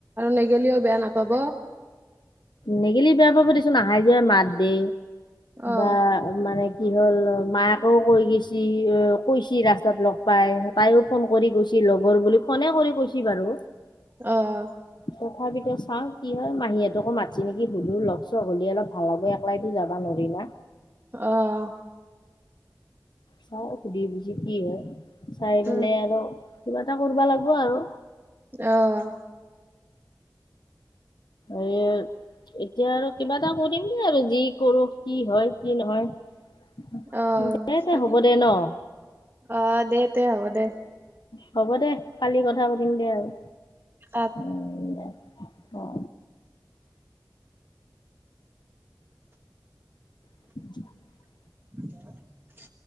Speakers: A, on the right; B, on the left.
A: নেগেলিও বেয়া নাপাব?
B: নেগিলি বেয়া পাব দেচোন, আহাই-যোৱাই মাত দে।
A: অ
B: বা মানে কি হ'ল মায়েকেও কৈ গৈছেি। কৈছি ৰাস্তাত লগ পাই, তাইও ফোন কৰি কৈছি লগৰ বুলি। ফোনে কৰি কৈছে বাৰু।
A: অ'।
B: তথাপিতো চাওঁ। কি হয় মাহীহতকো মাতি নেকি সুধু লগ চগ হলে অলপ ভাল হব একলাইতো যাবা নোৰি না।
A: অহ।
B: চাও সুধি বুজি কি হয় চাই পেলাই
A: উম
B: আৰু কিবা এটা কৰবা লাগিব আৰু।
A: আহ।
B: এই এতিয়া আৰু কিবা এটা কৰিমদে আৰু যি কৰো কি হয় কি নহয়। দে,
A: অ চাবি
B: দে হ'ব দে ন?
A: অ দে তে হ'ব দে
B: হ'ব দে। কালি কথা পাতিম দে আৰু।
A: অ
B: উম, দে। অ <inaudible>
A: <unintelligible>